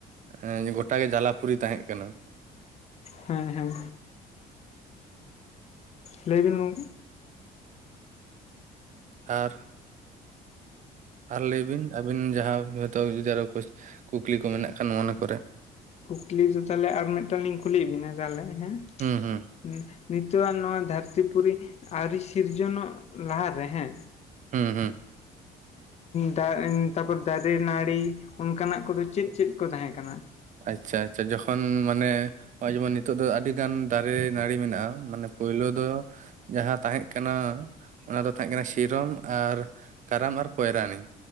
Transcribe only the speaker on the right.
ᱮᱸ ᱜᱚᱴᱟᱜᱮ ᱡᱟᱞᱟᱯᱩᱨᱤ ᱛᱟᱦᱮᱸᱜ ᱠᱟᱱᱟ᱾
ᱟᱨ ᱟᱨ ᱞᱟᱹᱭ ᱵᱤᱱ ᱟᱹᱵᱤᱱ ᱡᱟᱦᱟᱸ ᱦᱚᱭᱛᱚ ᱡᱩᱫᱤ ᱠᱳᱥ ᱠᱩᱠᱞᱤ ᱠᱚ ᱢᱮᱱᱟᱜ ᱠᱷᱟᱱ ᱢᱚᱱᱮ ᱠᱚᱨᱮ?
ᱦᱩᱸ ᱦᱩᱸ
ᱦᱩᱸ ᱦᱩᱸ ᱦᱮᱸ
ᱟᱪᱪᱷᱟ ᱟᱪᱪᱷᱟ ᱡᱚᱠᱷᱚᱱ ᱢᱟ ᱱᱮ ᱦᱚᱸᱜᱼᱚᱭ ᱡᱮᱢᱚᱱ ᱱᱤᱛᱚᱜ ᱫᱚ ᱟᱹᱰᱤ ᱜᱟᱱ ᱫᱟᱨᱮ ᱱᱟᱹᱲᱤ ᱢᱮᱱᱟᱜᱼᱟ, ᱢᱟᱱᱮ ᱯᱳᱭᱞᱳ ᱫᱚ ᱡᱟᱦᱟᱸ ᱛᱟᱦᱮᱸᱜ ᱠᱟᱱᱟ ᱚᱱᱟ ᱫᱚ ᱛᱟᱦᱮᱸᱜ ᱠᱟᱱᱟ ᱥᱤ ᱥᱤᱨᱚᱢ ᱟᱨ ᱠᱟᱨᱟᱢ ᱟᱨ ᱯᱚᱭᱨᱟᱱᱤ